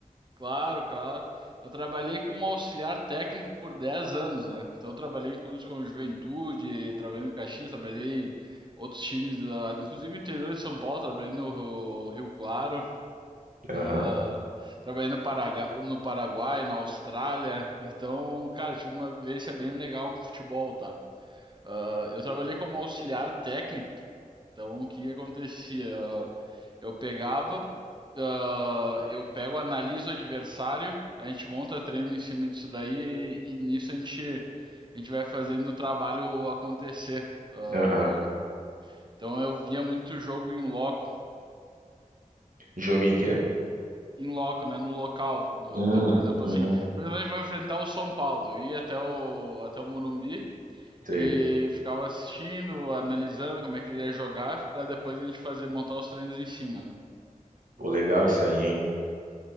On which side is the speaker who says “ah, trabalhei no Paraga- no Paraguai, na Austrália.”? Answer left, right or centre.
Right